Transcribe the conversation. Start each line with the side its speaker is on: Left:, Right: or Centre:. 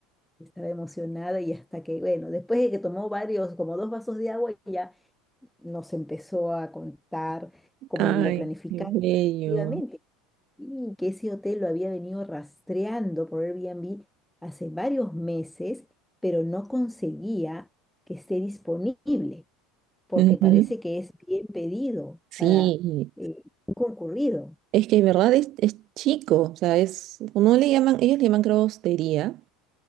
Centre: Estaba emocionada y hasta que, bueno, después de que tomó varios, como dos vasos de agua, ya nos empezó a contar cómo
Right: Ay,
Centre: había planificado
Right: qué bello.
Centre: efectivamente y que ese hotel lo había venido rastreando por Airbnb hace varios meses, pero no conseguía que esté disponible porque
Right: Ujú.
Centre: parece que es bien pedido
Right: Sí,
Centre: para eh, concurrido.
Right: es que en verdad es, es chico, o sea, es, no le llaman, ellos le llaman creo hostería